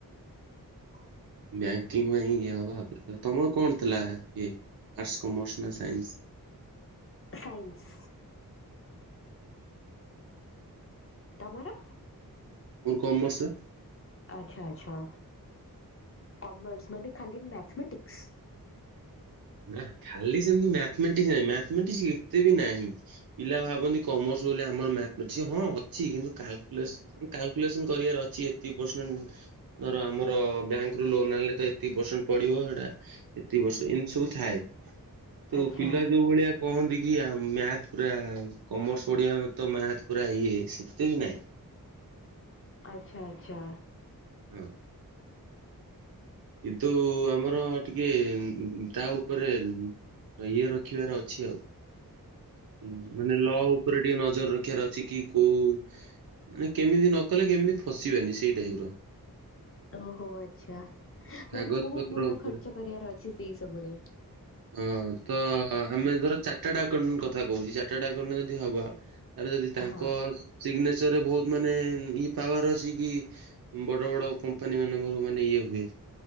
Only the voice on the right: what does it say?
ବ୍ୟାଙ୍କିଙ୍ଗ୍ ପାଇଁ ଏ ହବା ପ୍ରିପେୟାର, ତମର କଣ ଥିଲା ଇଏ? ଆର୍ଟସ୍ କମର୍ସ ନା ସାଇନ୍ସ୍?
ମୋର କମର୍ସ ପା।
ନା ଖାଲି ସେମିତି ମ୍ୟାଥମେଟିକ୍ସ ନାହିଁ ମ୍ୟାଥମେଟିକ୍ସ ଏତେ ବି ନାହିଁ। ପିଲା ଭାବନ୍ତି କମର୍ସ ବୋଲି ଆମର ମ୍ୟାଥମେଟିକ୍ସ, ହଁ ଅଛି କିନ୍ତୁ କାଲକୁଲସ <inaudible> କାଲକୁଲେସନ କରିବାର ଅଛି, ଏତିକ ପରସେଣ୍ଟ ଧର ଆମର ବ୍ୟାଙ୍କରୁ ଲୋନ ଆଣିଲେ ତ ଏତିକ ପରସେଣ୍ଟ ପଡିବ ସେଟା ଏତିକି ବର୍ଷ ଏମିତ ସବୁ। ଥାଏ, ତ
ପିଲା ଯୋଉ ଭଳିଆ କୁହନ୍ତି କି ଆମ୍ ମ୍ୟାଥ ପୁରା କମର୍ସ ପଢିବା, ତ ମ୍ୟାଥ ପୁରା ଇଏ ସେତେ ବି ନାଇଁ।
ହୁଁ। କିନ୍ତୁ ଆମର ଟିକେ ତା ଉପରେ ଇଏ ରଖିବାର ଅଛି ଆଉ। ହୁଁ ମାନେ ଲ ଉପରେ ଟିକେ ନଜର ରଖିବାର ଅଛି କି କୋଉ ମାନେ କେମିତି ନ କଲେ କେମିତି ଫସିବାନି, ସେଇ ଟାଇପର।
କାଗଜ
ପତ୍ର
ଉପରେ
ହଁ ତ ଆମେ ଧର ଚାଟାର୍ଡ ଆକାଉଣ୍ଟ କଥା କହୁଛି ଚାଟାର୍ଡ ଆକାଉଣ୍ଟାଣ୍ଟ ଯଦି ହବ ଆରେ ଯଦି ତାଙ୍କ
ସିଗ୍ନେଚରରେ ବହୁତ ମାନେ ଇ ପାୱାର ଅଛି କି ବଡ ବଡ କମ୍ପାନୀ ମାନଙ୍କର ମାନେ ଇଏ ହୁଏ